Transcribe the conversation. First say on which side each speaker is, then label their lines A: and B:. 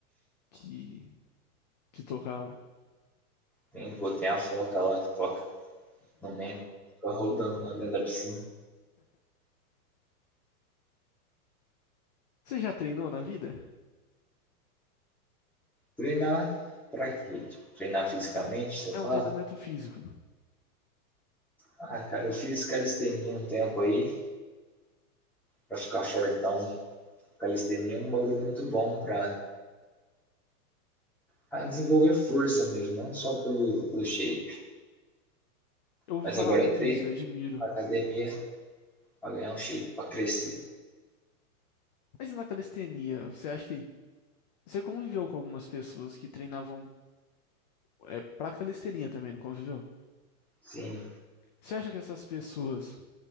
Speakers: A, on the left; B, in the centre.
A: que, que tocava.
B: Tem, pô, tem a foca lá que toca. no México, ficava rodando lá dentro da piscina.
A: Você já treinou na vida?
B: Treinar pra quê? Tipo, treinar fisicamente, você fala?
A: É um treinamento físico.
B: Ah, cara, eu fiz calistenia um tempo aí, pra ficar fortão. Calistenia é um bagulho muito bom pra, pra desenvolver força mesmo, não só pelo, pelo shape.
A: Eu ouvi
B: Mas
A: falar
B: agora
A: muito
B: eu entrei
A: isso, eu admiro.
B: pra academia pra ganhar um shape, pra crescer.
A: Mas e na calistenia, você acha que. Você conviveu com algumas pessoas que treinavam é, pra calistenia também, não conviveu?
B: Sim.
A: Você acha que essas pessoas.